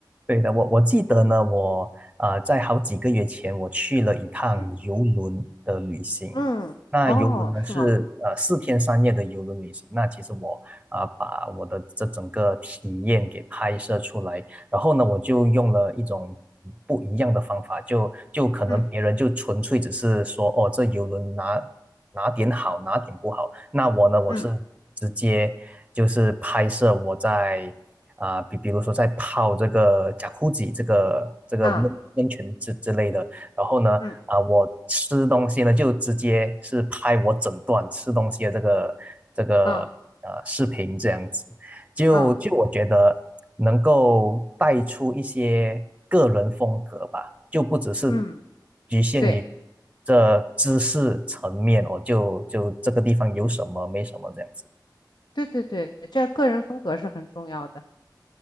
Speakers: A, on the right; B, on the left.
A: 对的，我我记得呢，我啊在好几个月前我去了一趟游轮的旅行。
B: 嗯 <laughs> 嗯，
A: 那游轮呢是呃四天三夜的游轮旅行。
B: 哦，是吗？
A: 那其实我啊、把我的这整个体验给拍摄出来，然后呢我就用了一种不一样的方法，就就可能别人就纯粹只是说哦这游轮哪
B: 嗯
A: 哪点好哪点不好，那我呢我是直接就是拍摄我在。
B: 嗯
A: 啊，比、比如说在泡这个贾库吉这个这个温温泉之之类的，
B: 啊
A: 然后呢，
B: 嗯
A: 啊，我吃东西呢就直接是拍我整段吃东西的这个这个呃视频这样子，
B: 啊
A: 就就我觉得能够带出一些个人风格吧，
B: 啊
A: 就不只是
B: 嗯，
A: 局限于
B: 对。
A: 这知识层面哦，就就这个地方有什么没什么这样子。
B: 对对对，这个人风格是很重要的。